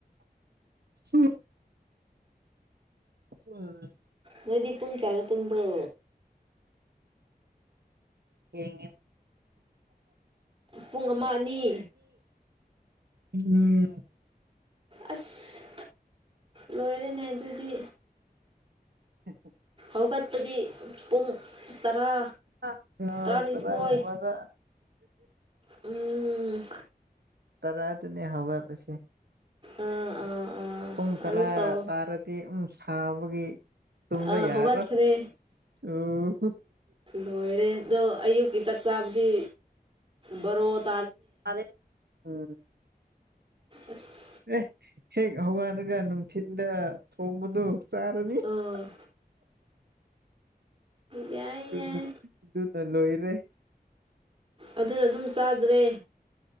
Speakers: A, on the right (about 80°); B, on the right (about 30°).
A: ꯎꯝ ꯑ
B: ꯅꯣꯏꯗꯤ ꯄꯨꯡ ꯀꯌꯥꯔꯣ ꯇꯨꯝꯝꯕ꯭ꯔꯣ
A: ꯌꯦꯉ
B: ꯄꯨꯡ ꯑꯃ ꯑꯅꯤ
A: ꯎꯝ
B: ꯑꯁ ꯂꯣꯏꯔꯅꯦ ꯑꯗꯨꯗꯤ
A: <unintelligible>
B: ꯍꯧꯈꯠꯄꯗꯤ ꯄꯨꯡ ꯇꯔꯥ
A: ꯑ
B: ꯇꯔꯥꯅꯤꯊꯣꯏ
A: ꯇꯔꯒꯃꯗ
B: ꯎꯝ
A: ꯇꯔꯥꯏꯗꯤꯅꯤ ꯍꯧꯕ ꯄꯁ
B: ꯑꯥ ꯑꯥ ꯑꯥ
A: ꯄꯨꯡ ꯇꯔꯥ
B: ꯑꯗꯨ ꯇꯧ
A: ꯇꯥꯔꯗꯤ ꯑ ꯁꯥꯕꯒꯤ ꯇꯨꯝꯕ
B: ꯑ
A: ꯌꯥꯔꯣꯏ
B: ꯍꯕꯥꯠ ꯈꯔꯦ
A: ꯎꯝ
B: ꯂꯣꯏꯔꯦꯗ ꯑꯨ ꯆꯥꯛꯆꯥꯕꯗꯤ ꯕꯔꯣꯊ
A: ꯐꯔꯦ ꯎꯝ
B: ꯑꯁ
A: ꯑꯦ ꯍꯦꯛ ꯍꯋꯥꯔꯒ ꯅꯨꯡꯊꯤꯤꯟꯗ ꯊꯣꯡꯕꯗꯨ ꯆꯔꯅꯤꯁ
B: ꯑꯥ ꯌꯥꯏ
A: ꯑꯗꯨꯅ
B: ꯌꯥꯏ
A: ꯂꯣꯏꯔꯦ
B: ꯑꯗꯨꯅ ꯑꯗꯨꯝ ꯆꯥꯗ꯭ꯔꯦ